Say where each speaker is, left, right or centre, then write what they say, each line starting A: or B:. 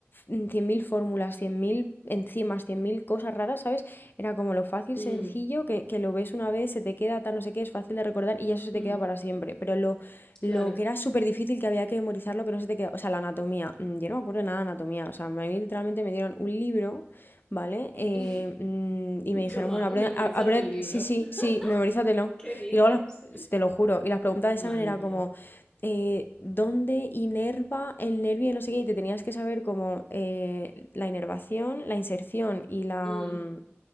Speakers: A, on the left; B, on the left.
A: mm, cien mil fórmulas, 100.000 enzimas, 100.000 cosas raras, ¿sabes? Era como lo fácil,
B: mm,
A: sencillo, que, que lo ves una vez, se te queda, tal, no sé qué, es fácil de recordar y ya eso se
B: mm.
A: te queda para siempre. Pero lo Lo
B: Claro.
A: que era súper difícil, que había que memorizar lo que no se te quedaba. O sea, la anatomía. mm, Yo no me acuerdo nada de anatomía. O sea, a mí literalmente me dieron un libro, ¿vale? Eh,
B: <laughs>
A: mm, y me dijeron,
B: Toma,
A: bueno, aprende,
B: memorízate
A: a- aprende-
B: el libro.
A: sí, sí,
B: <laughs>
A: sí, memorízatelo.
B: ¿Qué dices?
A: Y luego, las- te lo juro, y las preguntas de
B: Madre
A: examen era
B: mía.
A: como, eh, ¿dónde inerva el nervio? y No sé qué. Y te tenías que saber como eh, la inervación, la inserción y la...
B: Mm,
A: mm,